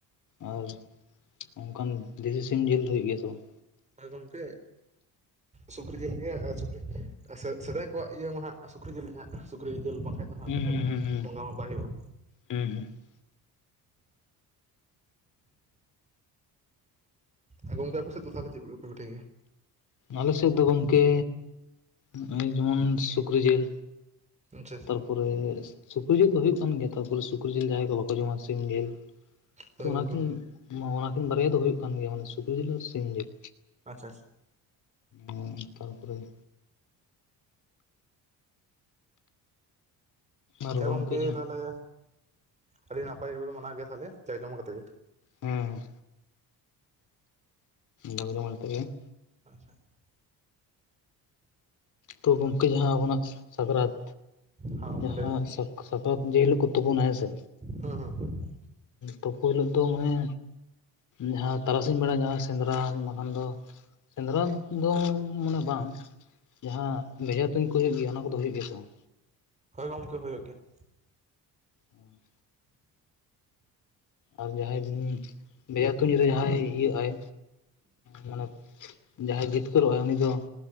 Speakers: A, on the left; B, on the right.
A: ᱟᱨ ᱚᱱᱠᱟᱱ ᱫᱮᱥᱤ ᱥᱤᱢ ᱡᱤᱞ ᱫᱚ ᱦᱩᱭᱩᱜ ᱜᱮᱭᱟ ᱥᱮ ᱵᱟᱝ?
B: ᱟᱨ ᱜᱟᱢᱠᱮ ᱥᱩᱠᱨᱤ ᱡᱮᱞ ᱜᱮ ᱟ ᱥᱩᱠᱨᱤ ᱟ ᱥᱮᱫᱟᱭ ᱠᱚᱣᱟᱜ ᱤᱭᱟᱹ ᱢᱟ ᱦᱟᱸᱜ ᱥᱩᱡᱨᱤ ᱡᱤᱞ ᱜᱤ ᱜᱮ ᱦᱜ ᱥᱩᱠᱨᱤ ᱡᱤᱞᱩᱞ ᱵᱟᱝᱠᱷᱷᱟᱟᱱ ᱫᱚ ᱦᱟᱸᱜ
A: ᱦᱩᱸ
B: ᱟ ᱫᱚ
A: ᱦᱩᱸ
B: <inaudible> ᱦᱟᱸᱜ
A: ᱦᱩᱸ
B: ᱵᱚᱸᱜᱟ ᱢᱟᱯᱟᱭ ᱦᱩᱭᱩᱜᱼᱟ᱾
A: ᱦᱩᱸ ᱦᱩᱸ ᱦᱩᱸ
B: ᱟᱨ ᱜᱚᱝᱠᱮ ᱟᱯᱮᱥᱮᱫ ᱫᱚ ᱛᱟᱦᱟᱞᱮ ᱪᱮᱫ ᱯᱮ ᱯᱮ ᱯᱤᱴᱷᱟᱹᱭ ᱜᱮᱭᱟ?
A: ᱟᱞᱮ ᱥᱮᱫ ᱫᱚ ᱜᱚᱢᱠᱮ, ᱱᱚᱜ-ᱚᱭ ᱡᱮᱢᱚᱱ ᱥᱩᱠᱨᱤ ᱡᱮᱞ᱾
B: ᱟᱪᱪᱷᱟ
A: ᱛᱟᱨᱯᱚᱨᱮ ᱥᱩᱠᱨᱤ ᱡᱮᱞ ᱫᱚ ᱦᱩᱭᱩᱜ ᱠᱟᱱ ᱜᱮᱭᱟ ᱛᱚ ᱛᱟᱨᱯᱚᱨᱮ ᱥᱩᱠᱨᱤ ᱡᱤᱞ ᱡᱟᱦᱟᱸᱭ ᱠᱚ ᱵᱟᱠᱚ ᱡᱚᱢᱟ ᱥᱤᱢ ᱡᱮᱞ
B: ᱦᱳᱭ
A: ᱛᱚ ᱚᱱᱟᱠᱤᱱ
B: ᱜᱚᱢᱠᱮ ᱦᱳᱭ
A: ᱚᱱᱟᱠᱤᱱ ᱵᱟᱨᱭᱟ ᱫᱚ ᱦᱩᱭᱩᱜ ᱠᱟᱱ ᱜᱮᱭᱟ ᱢᱟᱱᱮ ᱥᱩᱠᱨᱤ ᱡᱮᱞ ᱟᱨ ᱥᱤᱢ ᱡᱮᱞ᱾
B: ᱟ ᱟᱪᱪᱷ
A: ᱚ ᱛᱟᱨᱯᱚᱨᱮ ᱟᱨ
B: ᱪᱮ ᱜᱚᱢᱠᱮ
A: ᱡᱟᱦᱟᱸ
B: ᱛᱟᱦᱚᱞᱮ ᱟᱹᱰᱤ ᱱᱟᱯᱟᱭ ᱜᱮᱯᱮ ᱢᱟᱱᱟᱣ ᱜᱮᱭᱟ ᱛᱟᱦᱞᱮ? ᱪᱟᱭ <unintelligible> ᱠᱟᱛᱮ ᱜᱮ ᱾
A: ᱦᱩᱸᱻ ᱡᱟᱠ ᱡᱚᱢᱚᱠ ᱟᱛᱮ ᱜᱮ ᱾
B: ᱟᱪᱪᱷᱟ ᱾
A: ᱛᱚ ᱜᱚᱢᱠᱮ ᱡᱟᱦᱟ ᱟᱵᱚᱱᱟᱜ ᱥᱟᱠᱨᱟᱛ,
B: ᱦᱮᱸ ᱜᱚᱢᱠᱮ
A: ᱡᱟᱦᱟ
B: ᱞᱟᱹᱭ ᱵᱮᱱ
A: ᱥᱟᱠ ᱥᱟᱯᱟᱵ ᱡᱮ ᱦᱤᱞᱳᱜ ᱠᱚ ᱛᱳᱯᱳᱱᱟ ᱦᱮᱸ ᱥᱮ,
B: ᱦᱟᱺ ᱦᱟᱺ
A: ᱛᱳᱯᱳ ᱦᱤᱞᱳᱜ ᱫᱚ ᱢᱟᱱᱮ ᱡᱟᱦᱟᱸ ᱛᱟᱨᱟᱥᱤᱧ ᱵᱮᱲᱟ ᱡᱟᱦᱟᱸ ᱥᱮᱸᱫᱽᱨᱟ ᱵᱟᱠᱷᱟᱱ ᱫᱚ ᱥᱮᱸᱫᱽᱨᱟ ᱫᱚᱻ ᱢᱟᱱᱮ ᱵᱟᱝ ᱡᱟᱦᱟᱸ ᱵᱷᱮᱡᱟ ᱛᱩᱧ ᱠᱚ ᱦᱩᱭᱩᱜ ᱜᱮᱭᱟ ᱚᱱᱟ ᱠᱚᱫᱚ ᱦᱩᱭᱩᱜ ᱜᱮᱭᱟ ᱥᱮ ᱵᱟᱝ?
B: ᱦᱳᱭ ᱜᱟᱢᱠᱮ ᱦᱳᱭᱳᱜ ᱜᱮᱭᱟ ᱾
A: ᱚᱸ ᱟᱨ ᱡᱟᱦᱟᱸᱭ ᱵᱷᱮᱡᱟ ᱛᱩᱧ ᱨᱮ ᱡᱟᱦᱟᱸᱭ ᱤᱭᱟ ᱟᱭ ᱢᱟᱱᱮ ᱡᱟᱸᱦᱟᱭ ᱡᱤᱛᱠᱟᱹᱨᱜ-ᱟᱭ ᱩᱱᱤ ᱫᱚ